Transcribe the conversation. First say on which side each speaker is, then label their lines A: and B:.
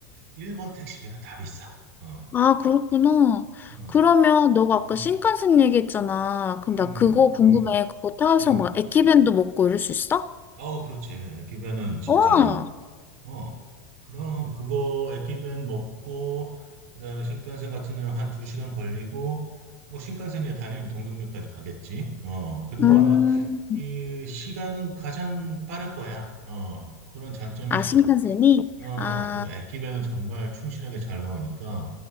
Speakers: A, on the right; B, on the left.
A: 일본 택시비가 다 비싸. 어,
B: 아, 그렇구나.
A: 어, 어.
B: 그러면 너가 아까
A: 음,
B: 신칸센 얘기했잖아. 그럼
A: 음,
B: 나 그거 궁금해.
A: 음,
B: 그거 타서
A: 음.
B: 막 에키벤도 먹고 이럴 수 있어?
A: 아우, 그렇지. 에끼벤은 진짜,
B: 어,
A: 어, 그럼 그거 에끼벤 먹고, 그다음에 신칸센 같은 경우는 한 두 시간 걸리고, 뭐 신칸센이야 당연히 동경역까지 가겠지. 어, 그리고
B: 음,
A: 아마 이 시간은 가장 빠를 거야. 어, 그런 장점이
B: 아,
A: 있어.
B: 신칸센이?
A: 어,
B: 아,
A: 그리고 에끼벤은 정말 충실하게 잘 나오니까.